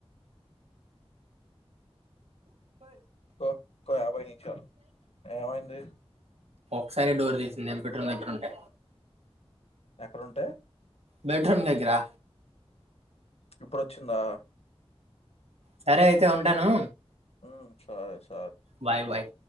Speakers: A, on the left; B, on the right.
A: ఆహ్ ఇంకొ యాభై నిమిషాలు ఏమైంది.
B: ఒకసరి డోర్ తీసింది. నేను బెడ్రూమ్ దగ్గర ఉంటే.
A: ఎక్కడుంటే.
B: బెడ్ రూమ్ దగ్గరా.
A: ఇప్పుడోచ్చిందా.
B: సరే అయితే ఉంటాను.
A: ఉమ్ సరే స.
B: Bye bye.